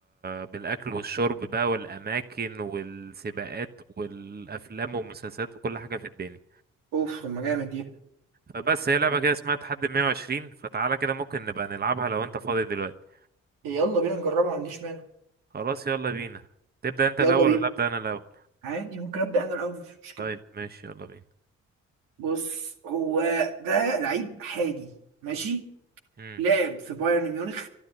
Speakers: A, on the right (about 30°); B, on the right (about 80°).
A: بالأكل والشرب بقى والأماكن والسباقات والأفلام والمسلسلات وكل حاجة في الدنيا
B: اوف طب ما جامد دي
A: فبس هي لعبة كده اسمها تحدي 120 فتعالى كده ممكن نبقى نلعبها لو أنت فاضي دلوقتي
B: يلا بينا نجربها ما عنديش مانع
A: خلاص يلا بينا تبدأ انت
B: يلا
A: الاول
B: بينا
A: ولا ابدأ انا الاول
B: عادي ممكن ابدا انا الاول مش مشكله
A: طيب ماشي يلا بينا
B: بص هو ده لعيب حالي ماشي
A: امم
B: لعب في بايرن ميونخ